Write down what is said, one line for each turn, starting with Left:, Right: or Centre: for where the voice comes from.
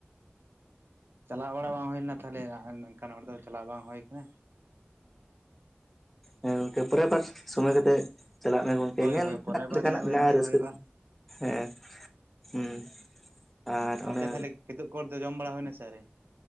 Right: ᱪᱟᱞᱟᱣ ᱵᱟᱲᱟ ᱵᱟᱝ ᱦᱩᱭ ᱞᱮᱱᱟ ᱛᱟᱦᱚᱞᱮ ᱱᱚᱝᱠᱟᱱ ᱦᱚᱲ ᱫᱚ ᱪᱟᱞᱟᱣ ᱵᱟᱝ ᱦᱩᱭ ᱠᱟᱱᱟ
Centre: ᱚᱸ ᱜᱚᱝᱠᱮ ᱯᱚᱨᱮᱨᱵᱟᱨ ᱥᱚᱢᱚᱭ ᱠᱟᱛᱮᱫ ᱪᱟᱞᱟᱜ ᱢᱮ ᱜᱚᱝᱠᱮ
Right: ᱦᱳᱭ
Centre: ᱧᱮᱞ
Right: ᱦᱳᱭ ᱯᱚᱨᱮᱨ ᱵᱟᱨ
Centre: ᱞᱮᱠᱟᱱᱟᱜ
Right: ᱧᱮᱞ
Centre: ᱢᱮᱱᱟᱜᱼᱟ
Right: ᱧᱮᱞ
Centre: ᱨᱟᱹᱥᱠᱟᱹ
Right: ᱦᱩᱭᱩᱜᱼᱟ
Centre: <inaudible> ᱦᱮᱸ ᱦᱩᱸ ᱟᱨ
Right: ᱜᱚᱝᱠᱮ
Centre: ᱚᱱᱮ
Right: ᱛᱟᱦᱚᱞᱮ ᱠᱮᱫᱳᱜ ᱠᱚᱫᱚ ᱡᱚᱢ ᱵᱟᱲᱟ ᱦᱩᱭ ᱱᱟᱥᱮ ᱟᱣᱨᱤ